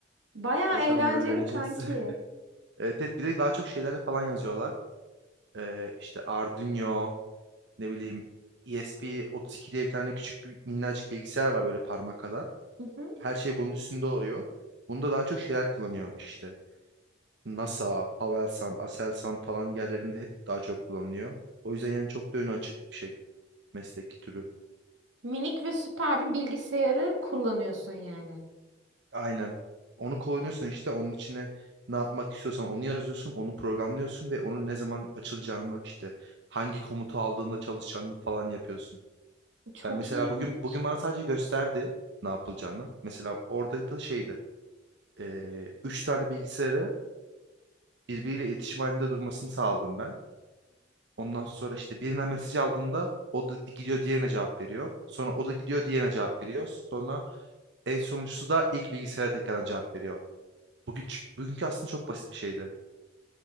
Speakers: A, on the right; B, on the right.
A: Baya
B: Bakalım
A: eğlenceli
B: öğreneceğiz.
A: kanki.
B: <laughs> Evet, evet bir de daha çok şeylerle falan yazıyorlar. Ee, işte Arduino, ne bileyim ESP32 diye bir tane küçük bir minnacık bilgisayar var böyle parmak kadar.
A: Hı hı.
B: Her şey bunun üstünde oluyor. Bunda daha çok şeyler kullanıyor işte. NASA, Havelsan, Aselsan falan yerlerinde hep daha çok kullanılıyor. O yüzden yani çok da önü açık bir şey meslek türü.
A: Minik ve süper bir bilgisayarı kullanıyorsun yani.
B: Aynen. Onu kullanıyorsun işte onun içine ne yapmak istiyorsan onu yazıyorsun, onu programlıyorsun ve onun ne zaman açılacağını işte hangi komutu aldığında çalışacağını falan yapıyorsun.
A: Çok
B: Yani mesela
A: iyiymiş.
B: bugün bugün bana sadece gösterdi ne yapılacağını. Mesela orada da şeydi. eee üç tane bilgisayarı birbiriyle iletişim halinde durmasını sağladım ben. Ondan sonra işte birine mesaj aldığında o da gidiyor diğerine cevap veriyor. Sonra o da gidiyor diğerine cevap veriyor. Sonra en sonuncusu da ilk bilgisayara tekrardan cevap veriyor. Bugün çık- bugünkü aslında çok basit bir şeydi.